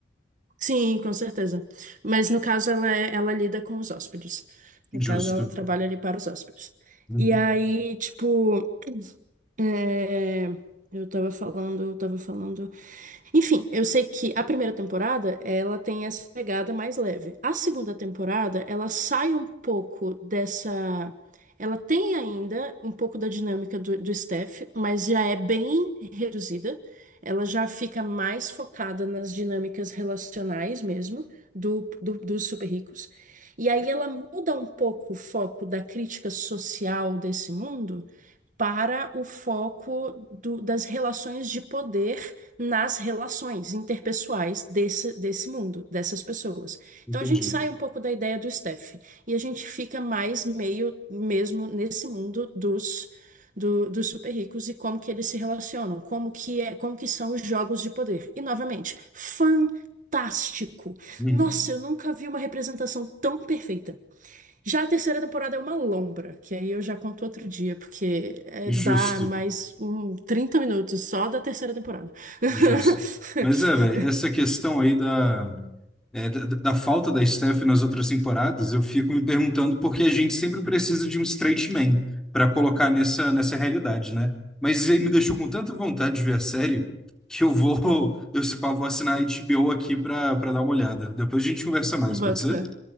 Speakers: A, on the right; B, in the centre.
A: Sim, com certeza. Mas no caso ela, é- ela lida com os hóspedes.
B: Justo.
A: No caso ela trabalha ali para os hóspedes.
B: Uhum,
A: E aí, tipo. É, eu tava falando, eu tava falando. Enfim, eu sei que a primeira temporada, ela tem essa pegada mais leve. A segunda temporada, ela sai um pouco dessa. Ela tem ainda um pouco da dinâmica do, do Steph, mas já é bem reduzida. Ela já fica mais focada nas dinâmicas relacionais mesmo, do, do- dos super ricos. E aí ela muda um pouco o foco da crítica social desse mundo para o foco do- das relações de poder nas relações interpessoais desse, desse mundo, dessas pessoas.
B: entendi.
A: Então a gente sai um pouco da ideia do Steph e a gente fica mais meio mesmo nesse mundo dos, do- dos super ricos e como que eles se relacionam, como que é, como que são os jogos de poder. E novamente, fantástico.
B: Uhum.
A: Nossa, eu nunca vi uma representação tão perfeita. Já a terceira temporada é uma lombra, que aí eu já conto outro dia, porque é,
B: Justo,
A: dá mais um 30 minutos só da terceira temporada. <laughs>
B: justo. Mas é, velho, essa questão aí da é, da, da falta da Steph nas outras temporadas, eu fico me perguntando por que a gente sempre precisa de um straight man para colocar nessa, nessa realidade, né? Mas ele me deixou com tanta vontade de ver a série que eu vou, <laughs> eu se pá, vou assinar a HBO aqui para para dar uma olhada. Depois a gente conversa mais,
A: Bota
B: pode ser?
A: fé.